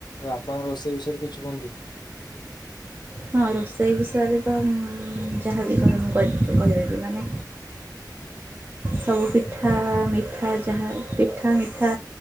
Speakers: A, on the left; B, on the right.
A: ଆପଣ ରୋଷେଇ ବିଷୟରେ କିଛି କୁହନ୍ତୁ।
B: ହଁ ରୋଷେଇ ବିଷୟରେ ତ ଉଁ ଯାହାବି କହିବ ମୁଁ କହିବି କହିବି ମାନେ ସବୁ ପିଠା ମିଠା ଯାହା ପିଠା ମିଠା